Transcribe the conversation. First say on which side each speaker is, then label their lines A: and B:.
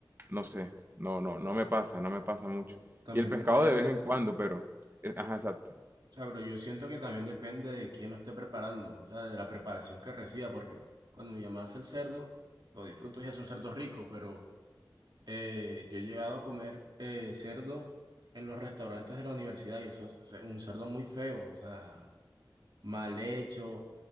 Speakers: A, on the right; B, on the right.
A: No sé, no, no, no me pasa, no me pasa mucho.
B: Bueno, también
A: Y el pescado
B: depende
A: de vez
B: de la...
A: en cuando, pero, eh, ajá, exacto.
B: O sea, pero yo siento que también depende de quién lo esté preparando, o sea, de la preparación que reciba, porque cuando mi mamá hace el cerdo, lo disfruto y hace un cerdo rico, pero... Eh, yo he llegado a comer eh, cerdo en los restaurantes de la universidad y eso es es un cerdo muy feo, o sea, mal hecho.